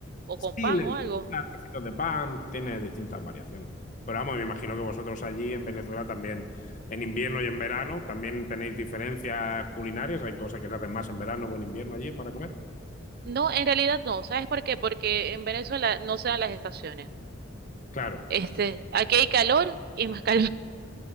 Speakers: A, on the right; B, on the left.
A: ¿O
B: Sí,
A: con pan
B: le
A: o algo?
B: ponen trocitos de pan, tiene distintas variaciones. Pero vamos, me imagino que vosotros allí en Venezuela también, en invierno y en verano, también tenéis diferencias culinarias. Hay cosas que se hacen más en verano o en invierno allí para comer.
A: No, en realidad no. ¿Sabes por qué? Porque en Venezuela no se dan las estaciones.
B: Claro,
A: Este, aquí hay calor y más calor.